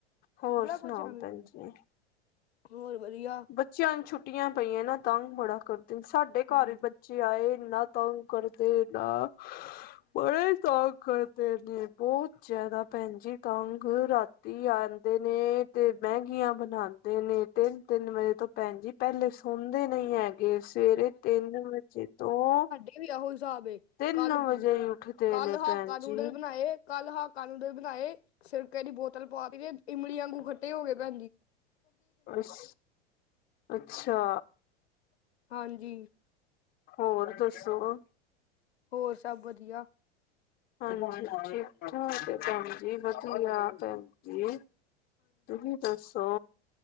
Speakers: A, on the left (about 30°); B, on the left (about 70°).
A: ਹੋਰ
B: ਬੜਾ
A: ਸੁਣਾਓ
B: ਪਰੇਸਾਨ
A: ਭੈਣ
B: ਕਰਦਾ,
A: ਜੀ
B: ਹੋਰ ਵਧੀਆ।
A: ਬੱਚਿਆਂ ਨੂੰ ਛੁੱਟੀਆਂ ਪਈਆਂ ਨਾ ਤੰਗ ਬੜਾ ਕਰਦੇ ਸਾਡੇ
B: ਹਾਂਜੀ
A: ਘਰ ਬੱ ਚੇ ਆਏ ਏਨਾਂ ਨਾਂ ਤੰਗ ਕਰਦੇ ਨਾਂ ਬੜਾ ਈ ਤੰਗ ਕਰ ਦੇ ਨੇ ਬੋਤ ਜਿਆਦਾ ਭੈਣ ਜੀ ਤੰਗ ਰਾਤੀ ਆਂਦੇ ਨੇ ਤੇ ਮੈਗੀਆਂ ਬਣਾਦੇ ਨੇ। ਤਿੰਨ- ਤਿੰਨ ਵਜੇ ਤੋਂ ਭੈਣ ਜੀ ਪਹਲੇ ਸੌਂਦੇ ਨਹੀਂ ਹੈ। ਤੇ ਸਵੇਰੇ ਤਿੰਨ ਵਜੇ ਤੋਂ
B: ਇਹ ਵੀ ਆ ਉਹੀ ਸਾਬ ਏ
A: ਤਿੰਨ
B: ਕੱਲ-
A: ਵਜੇ ਹੀ ਉੱਠਦੇ
B: ਕੱਲ
A: ਨੇ
B: ਹਾਕਾ
A: ਭੈਣ
B: ਨੂਡਲ
A: ਜੀ
B: ਬਣਾਏ। ਕੱਲ ਹਾਕਾ ਨੂਡਲ ਬਣਾਏ ਸਿਰਕੇ ਦੀ ਬੋਤਲ ਪਾ ਕੇ ਇਮਲੀ ਆਂਗੂ ਖੱਟੇ ਹੋ ਗੇ ਪੈਣਜੀ।
A: ਬਸ ਅੱਛਾ।
B: ਹਾਂਜੀ।
A: ਹੋਰ ਦੱਸੋ?
B: ਹੋਰ ਸਭ ਵਧੀਯਾ।
A: ਹਾਂਜੀ ਠੀਕ-ਠਾਕ ਭੈਣ ਜੀ, ਵਧੀਆ ਭੈਣ ਜੀ। ਤੁਸੀ ਦੱਸੋ?